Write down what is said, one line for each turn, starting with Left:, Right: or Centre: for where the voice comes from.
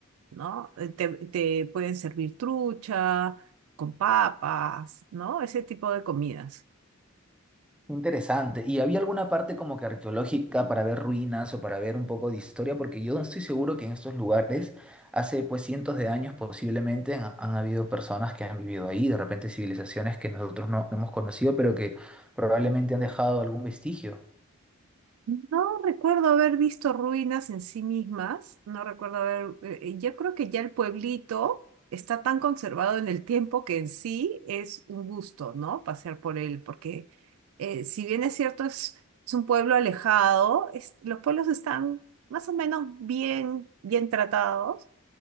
Right: ¿no? Eh, Te, te pueden servir trucha con papas, ¿no? Ese tipo de comidas.
Centre: Interesante. ¿Y había alguna parte como que arqueológica para ver ruinas o para ver un poco de historia? Porque yo estoy seguro que en estos lugares, hace pues cientos de años posiblemente, han, han habido personas que han vivido ahí, de repente civilizaciones que nosotros no, no hemos conocido, pero que probablemente han dejado algún vestigio.
Right: No recuerdo haber visto ruinas en sí mismas, no recuerdo haber, eh, eh, yo creo que ya el pueblito está tan conservado en el tiempo que en sí es un gusto, ¿no? Pasear por él, porque eh, si bien es cierto, es, es un pueblo alejado, es- los pueblos están más o menos bien, bien tratados.